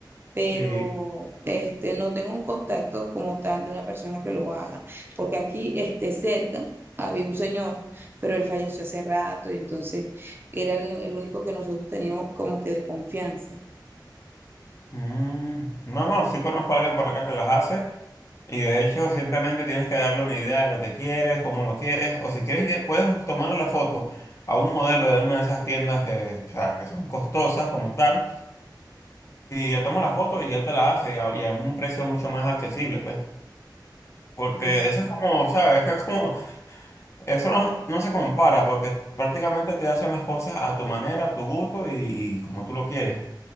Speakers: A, on the right; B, on the left.
A: pero
B: Sí.
A: este, no tengo un contacto como tal de una persona que lo haga, porque aquí este, cerca había un señor, pero él falleció hace rato y entonces era el, el único que nosotros teníamos como que de confianza.
B: Mm, No, no, sí conozco a alguien por acá que las hace y de hecho simplemente tienes que darle una idea de lo que quieres, cómo lo quieres o si quieres lle- puedes tomar la foto a un modelo de una de esas tiendas que, o sea, que son costosas como tal y le tomas la foto y él te la hace y a, y a un precio mucho más accesible, pues. Porque
A: Sí, sí.
B: eso es como, ¿sabes? <laughs> Es como, eso no, no se compara porque prácticamente te hacen las cosas a tu manera, a tu gusto y y como tú lo quieres.